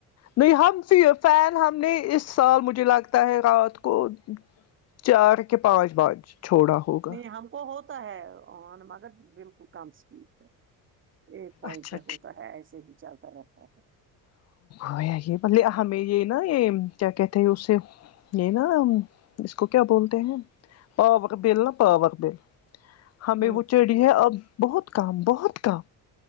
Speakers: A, on the left (about 50°); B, on the right (about 35°).
A: نہیں ہم فین ہم نے اس سال مجھے لگتا ہے رات کو چار کے پانچ بانچ چھوڑا ہوگا
B: نہیں ہم کو ہوتا ہے مگر بالکل کم اسپیڈ پہ ایک پوائنٹ
A: اچھا
B: پ ہوتا ہے ایسے بھی چلتا رہتا ہے
A: گ یہ بے ہمیں یہ نا یہ کیا کہتے ہیں اسے یہ نا اس کو کیا بولتے ہیں پاور بل نہا پاور بل ہمیں
B: ہوں
A: وہ چڑھی ہے اب بہت کم بہت کم